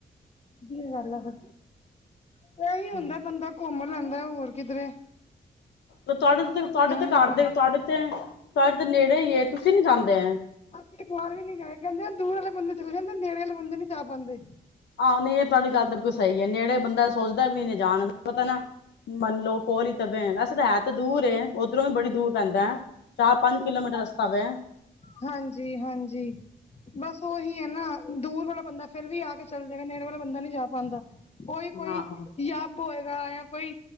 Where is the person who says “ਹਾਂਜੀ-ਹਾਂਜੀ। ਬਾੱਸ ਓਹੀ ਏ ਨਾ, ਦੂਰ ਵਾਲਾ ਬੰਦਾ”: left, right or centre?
Left